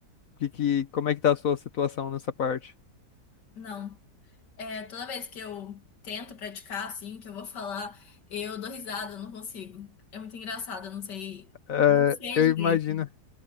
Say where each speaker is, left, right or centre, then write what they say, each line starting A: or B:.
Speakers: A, on the left; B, on the left.
A: que, que, como é que tá a sua situação nessa parte?
B: Não. É, toda vez que eu tento praticar, assim, que eu vou falar, eu dou risada, eu não consigo. É muito engraçado, eu não sei.
A: É,
B: Não sei
A: eu
B: direito.
A: imagino,